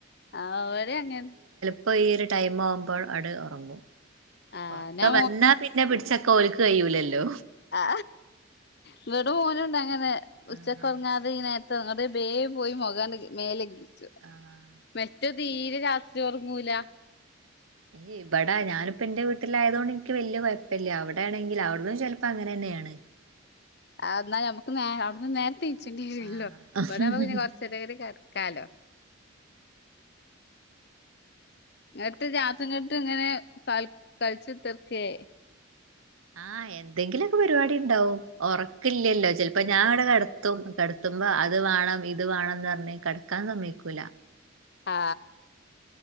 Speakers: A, on the left; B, on the right.
A: ആ അവര് അങ്ങനെ
B: പ്പൊ ഈ ഒരു ടൈം ആവുമ്പോൾ അട് ഒറങ്ങും
A: ആഹ്
B: ഒറക്കെ
A: ന്നാ
B: വന്നാ പിന്നെ പിടിച്ചക്കാൻ ഓൽക്ക് കയ്യൂലല്ലോ
A: ആ ഇവിടെ മോനുണ്ട് അങ്ങനെ ഉച്ചക്ക്
B: ആഹ്
A: ഉറങ്ങാതെ ഈ നേരത്തെ ഇന്നിട്ട് ബേ പോയി മുഖാണ്ട് മേലെകി <unintelligible>
B: ആഹ്
A: റ്റ തീരെ രാത്രി ഉറക്കം ങ്ങൂല
B: ഏയ്‌ ഇവിടാ ഞാനിപ്പോ എന്റെ വീട്ടിലായത് കൊണ്ട് എനിക്ക് വലിയ കുഴപ്പല്ല അവിടെ ആണെങ്കിൽ അവിടന്നും ചിലപ്പോ അങ്ങനെ തന്നെയാണ്
A: എന്നാൽ നമുക്ക് നേ അവിടുന്ന് നേരത്തെ <inaudible>
B: ആഹ്
A: ല്ലോ ഇവിടആവുമ്പോ പിന്നെ കൊറച്ചേരേം കൂടി കിടക്കാലോ എനിട്ട് രാത്രി ഇങ്ങട്ട് ഇങ്ങനെ ക കളിച്ചു തീർക്കേ
B: ആ എന്തെങ്കിലുമൊക്കെ പരിപാടി ഉണ്ടാവും ഉറക്കല്ലല്ലോ ചിലപ്പോ ഞാൻ ഇവിടെ കിടത്തും കിടത്തുമ്പോ അത് വേണം ഇത് വേണംന്ന് പറഞ്ഞ് കിടക്കാൻ സമ്മയിക്കൂല
A: ആ